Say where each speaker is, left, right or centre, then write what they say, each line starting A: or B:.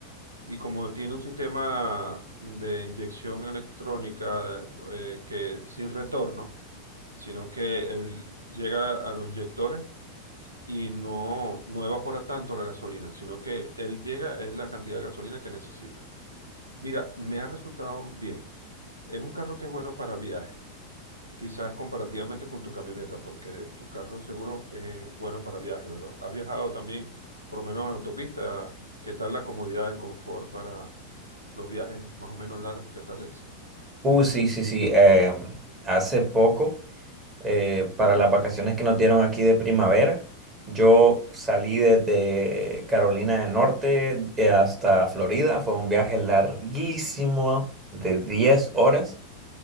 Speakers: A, on the right; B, on the right.
A: Y como tiene un sistema de inyección electrónica eh, que sin retorno, sino que él llega a los inyectores y no, no evapora tanto la gasolina, sino que él llega es la cantidad de gasolina que necesita. Mira, me ha resultado bien. Es un carro que es bueno para viajes Quizás comparativamente con tu camioneta, porque tu carro seguro es bueno para viajes, ¿verdad? Has viajado también, por lo menos en autopista. ¿Qué tal la comodidad, el confort para los viajes más o menos largos? ¿Qué tal es?
B: Uh, sí, sí, sí. em, hace poco. eh, para las vacaciones que nos dieron aquí de primavera. Yo salí desde Carolina del Norte eh, hasta Florida. Fue un viaje larguísimo de 10 horas.